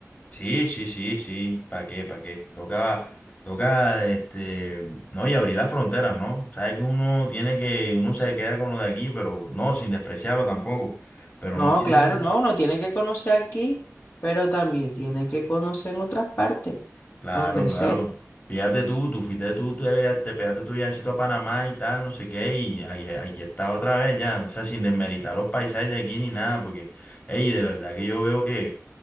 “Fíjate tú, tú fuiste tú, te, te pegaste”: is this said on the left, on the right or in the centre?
Left